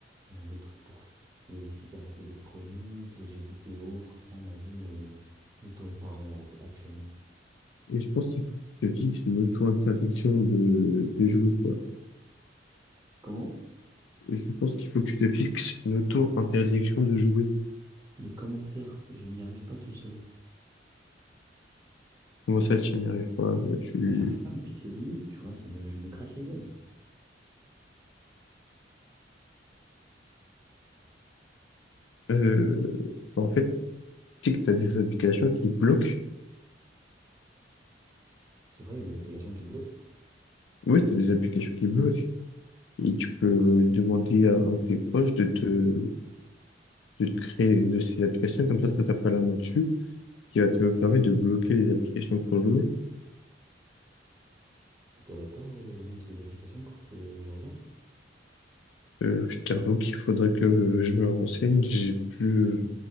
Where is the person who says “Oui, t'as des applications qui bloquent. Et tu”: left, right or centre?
Left